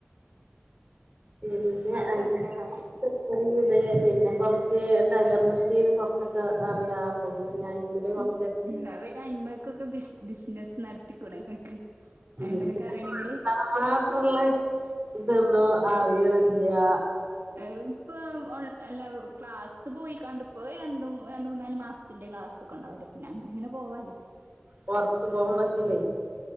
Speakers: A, on the right; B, on the right.
A: പിന്നെ
B: അതൊക്കെ
A: <unintelligible>
B: നല്ല കാര്യം
A: ചെറിയ ഇത് പിന്നെ കൊറച്ച് ടൈലർ മെഷീന് കൊറച്ചൊക്കെ അറിയാം അപ്പൊ പിന്നെ കൊറച്ച്
B: ഉം ഉം അത് പിന്നെ അയിൽമ്മ്ക്കൊക്കെ ബിസി ബിസിനസ്സ് നടത്തിക്കൂടെങ്ങക്ക് അയിമ്മിലൊക്കെ
A: ബിസിനസ്
B: അറിയണെങ്കില്
A: <unintelligible> മാത്രള്ള ഇതൊന്നും അറിയൂല്ലാ
B: <unintelligible> ക്ലാസ്സ് പോയി കാണ്ട് ഇപ്പം രണ്ട് രണ്ട് മൂന്നാല് മാസ ഇതിന്റെ ക്ലാസ്സെക്കെ ഇണ്ടാവല്ലോ പിന്നെ അങ്ങനെ ഇങ്ങനെ പോവാല്ലോ
A: പൊറത്തു പോവാൻ പറ്റില്ലേ